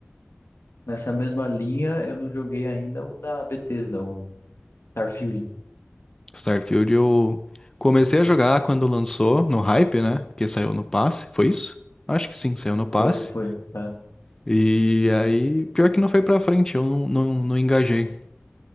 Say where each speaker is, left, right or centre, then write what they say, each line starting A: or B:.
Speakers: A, on the left; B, on the left.
A: Nessa mesma linha eu não joguei ainda o da Bethesda, o Starfield.
B: Starfield eu comecei
A: Uhum.
B: a jogar quando lançou, no hype, né? Porque saiu no passe, foi isso? Acho que sim, saiu no passe.
A: Foi, foi. é.
B: E aí, pior que não foi pra frente, eu não, não, não engajei.